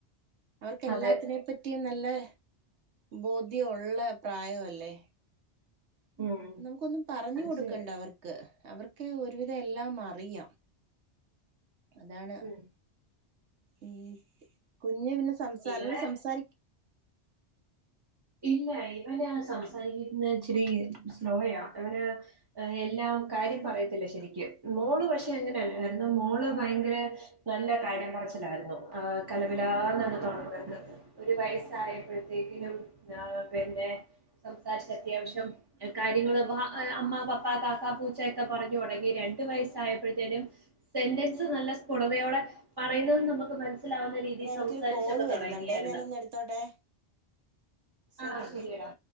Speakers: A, on the right; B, on the right.
A: അവർക്ക്ല്ലാത്തിനെ
B: അതെ
A: പറ്റിയ നല്ല ബോധ്യമുള്ള പ്രായവല്ലേ
B: ഉം
A: നമുക്കൊന്നും പറഞ്ഞു
B: അത്
A: കൊടുക്കണ്ട
B: ശരിയാ
A: അവർക്ക് അവർക്ക് ഒരുവിധം എല്ലാം അറിയാം അതാണ്
B: ഉം
A: ഉ കുഞ്ഞ് പിന്നെ സംസാ
B: ഇവിടെ
A: നല്ല സംസാരി
B: ഇല്ല ഇവന സംസാരിക്കുന്നത് ഇച്ചരി സ്ലോയ അവര് എല്ലാം കാര്യം പറയത്തില്ല ശരിക്കും മോള് പക്ഷെ എങ്ങനെയല്ലായിരുന്നു മോള് ഭയങ്കര നല്ല കാര്യം കുറച്ചിലായിരുന്നു ആ കലപിലാന്നന്ന്
A: ഉം ഉം
B: തുടങ്ങുവന്ന് ഒരു വയസായപ്പോഴത്തേക്കിനും പിന്നെ സംസാരിച്ച അത്യാവശ്യം കാര്യങ്ങള്ൾ അമ്മ പപ്പ കാക്ക പൂച്ചൊക്കെ പറഞ്ഞ തുടങ്ങി രണ്ടു വയസ്സായപ്പോഴത്തേനും സെന്റൻസ് നല്ല സ്ഫുടതയോടെ പറയുന്നത് നമുക്ക് മനസ്സിലാവുന്ന രീതിയിൽ
A: എടാ എനിക്കൊരു
B: സംസാരിച്ചൊക്കെ
A: കോള് വരുന്നുണ്ടേ
B: തുടങ്ങിയായിരുന്നു
A: ഞാനൊന്ന് എടുത്തോട്ടെ ശരിയെങ്കി
B: ആഹ ശരിയടാ